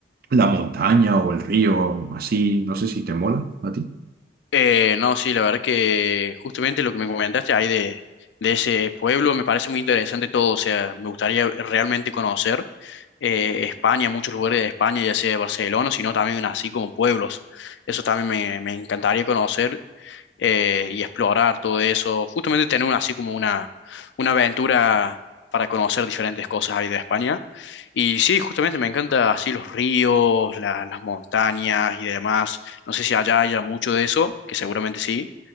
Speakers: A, on the right; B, on the left.
A: la montaña o el río, así. No sé si te mola a ti.
B: Eh, no, sí, la verdad que justamente lo que me comentaste ahí de, de ese pueblo me parece muy interesante todo. O sea, me gustaría realmente conocer eh, España, muchos lugares de España, ya sea de Barcelona, sino también así como pueblos. Eso también me, me encantaría conocer. eh, y explorar todo eso. Justamente tener una- así como una, una aventura para conocer diferentes cosas ahí de España. Y sí, justamente me encanta así los ríos, la- las montañas y demás. No sé si allá haya mucho de eso, que seguramente sí.